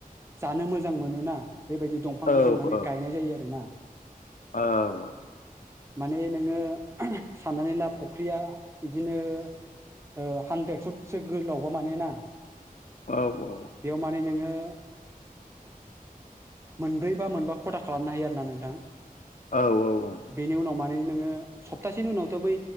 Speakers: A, on the right (about 15°); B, on the left (about 60°).
A: जानो मोजां मोनोना बेबायदि दंफांखौ
B: आदसा औ
A: जों माने
B: औ
A: गायनाय जायो आरोना।
B: औ औ।
A: माने नोङो साननानै ला फख्रिया इदिनो ओ हानड्रेद फुटसो गोलावबा मानेना
B: औ
A: बेयाव माने नोङो <unintelligible> मोनब्रै बा मोनबा ख'था खालामनो हायो आरोना नोंथां।
B: औ औ आ
A: बेनि उनाव माने नोङो सप्तासेनि उनावथ' बै